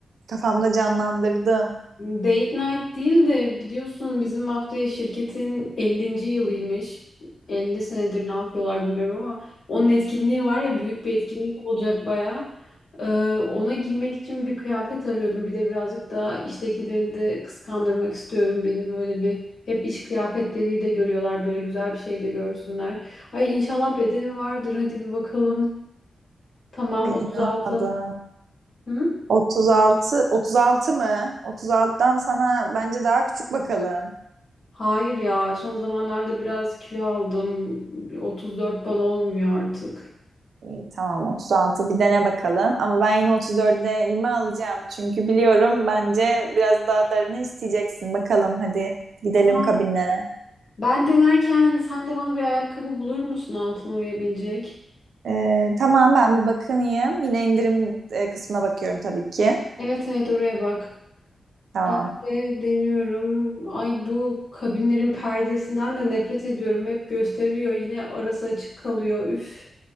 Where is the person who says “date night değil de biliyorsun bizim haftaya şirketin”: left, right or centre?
Left